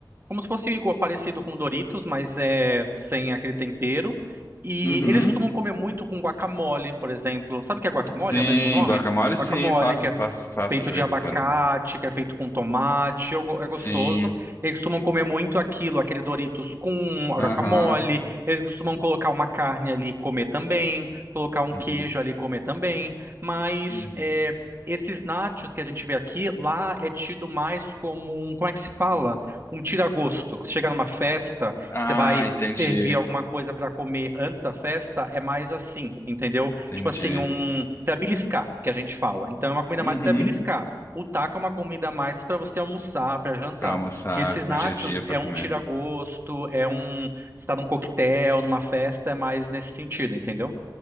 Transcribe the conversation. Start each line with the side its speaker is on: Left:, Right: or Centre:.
Right: Como se fosse igual, parecido com Doritos, mas é sem aquele tempero. E
Left: Uhum.
Right: eles costumam comer muito com guacamole, por exemplo. Sabe o que é guacamole?
Left: Sim,
Right: É o mesmo nome?
Left: guacamole, sim.
Right: Guacamole,
Left: Faço,
Right: que é
Left: faço, faço
Right: feito
Left: de
Right: de
Left: vez
Right: abacate,
Left: em quando aqui.
Right: que é feito com tomate, eu go- é gostoso.
Left: Sim.
Right: Eles costumam comer muito aquilo, aquele Doritos com guacamole.
Left: Aham.
Right: Eles costumam colocar uma carne ali e comer também, colocar um
Left: Uhum.
Right: queijo ali e comer também. Mas
Left: Uhum.
Right: é, esses nachos que a gente vê aqui, lá é tido mais como um, como é que se fala? Um tira-gosto. Você chega numa festa,
Left: Ah,
Right: você vai
Left: entendi.
Right: servir alguma coisa para comer antes da festa, é mais assim, entendeu?
Left: Entendi.
Right: Tipo assim, um para beliscar, que a gente fala. Então é uma comida
Left: Uhum.
Right: mais para beliscar. O taco é uma comida mais para você almoçar, para jantar.
Left: Para almoçar,
Right: Esses
Left: pro
Right: nachos
Left: dia a dia, para
Right: é
Left: comer.
Right: um tira-gosto, é um está num coquetel, numa festa, é mais nesse sentido, entendeu?